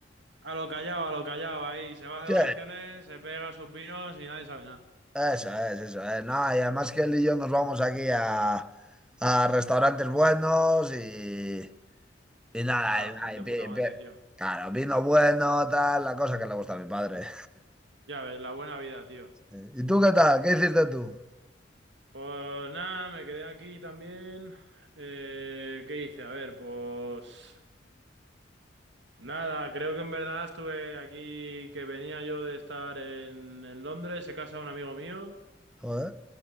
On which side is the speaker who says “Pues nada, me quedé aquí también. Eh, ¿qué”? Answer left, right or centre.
Right